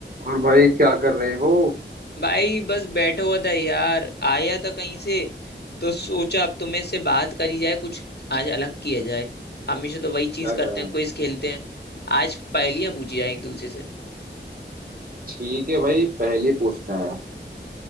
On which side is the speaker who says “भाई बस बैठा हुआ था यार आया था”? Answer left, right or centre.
Left